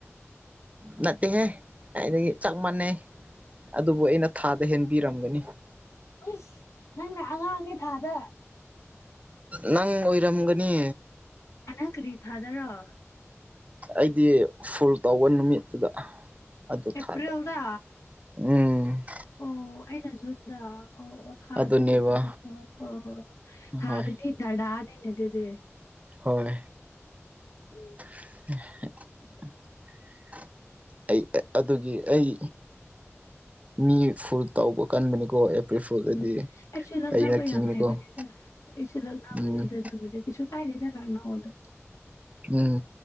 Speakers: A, on the right; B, on the left.
A: ꯅꯠꯇꯦꯍꯦ ꯑꯗꯨꯗꯒꯤ ꯆꯞ ꯃꯥꯟꯅꯩ ꯑꯗꯨꯕꯨ ꯑꯩꯅ ꯊꯥꯗ ꯍꯦꯟꯕꯤꯔꯝꯒꯅꯤ
B: ꯏꯁꯁ ꯅꯪꯅꯦ ꯑꯉꯥꯡꯅꯦ ꯊꯥꯗ
A: ꯅꯪ ꯑꯣꯏꯔꯝꯒꯅꯤ
B: ꯍꯟꯛꯛꯇꯗꯤ ꯊꯥꯗꯔꯣ
A: ꯑꯩꯗꯤ ꯐꯨꯜ ꯇꯧꯕ ꯅꯨꯃꯤꯠꯇꯨꯗ ꯑꯗꯨ
B: ꯑꯦꯄ꯭ꯔꯤꯜꯗ
A: ꯊꯥꯗ ꯎꯝ
B: ꯑꯣ ꯑꯩꯅ ꯖꯨꯟꯗ ꯑꯣ ꯑꯣ ꯊꯥꯗꯗꯤꯗꯤ
A: ꯑꯗꯨꯅꯦꯕ
B: ꯍ ꯍ ꯊꯥꯗꯗꯤ
A: ꯍꯣꯏ
B: ꯗꯗꯥꯥꯅꯤꯅꯦ ꯑꯗꯨꯗꯤ
A: ꯍꯣꯏ
B: ꯎꯝ
A: <unintelligible> ꯑꯩ ꯑꯗꯨꯒꯤ ꯑꯩ ꯃꯤ ꯐꯨꯜ ꯇꯥꯎꯧꯕ ꯀꯟꯕꯅꯤꯀꯣ ꯐꯨꯜꯗꯗꯤ
B: ꯎꯝ ꯑꯩꯁꯨ ꯂꯛꯅꯕ
A: ꯑꯩꯅ ꯀꯤꯅꯤꯀꯣ
B: ꯌꯥꯝ ꯍꯥꯏꯕꯅꯤꯗ ꯑꯩꯁꯨ ꯂꯛꯅꯕꯅꯤꯗ
A: ꯎꯝ
B: ꯑꯗꯨꯗꯤ ꯏꯁꯨ ꯀꯥꯏ ꯅ ꯊ ꯀꯥꯟꯅ ꯑꯣꯗꯣ
A: ꯎꯝ